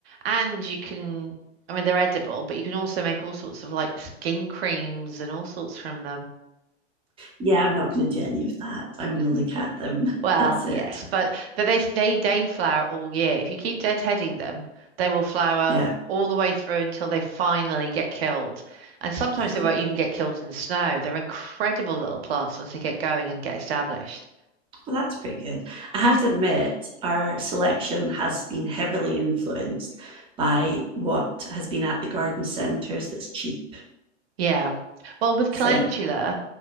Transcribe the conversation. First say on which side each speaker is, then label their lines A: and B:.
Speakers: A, on the right; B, on the right.
A: And you can, I mean, they're edible, but you can also make all sorts of like skin creams and all sorts from them.
B: Yeah, I'm not going to do any of that. I'm going to look at them.
A: Well,
B: That's
A: yes,
B: it.
A: but but they they they flower all year. If you keep deadheading them, they will flower
B: Yeah.
A: all the way through until they finally get killed. And sometimes
B: Yeah.
A: they won't even get killed in the snow. They're incredible little plants once they get going and get established.
B: Well, that's pretty good. I have to admit, our selection has been heavily influenced by what has been at the garden centres that's cheap.
A: Yeah. Well, with
B: So,
A: calendula,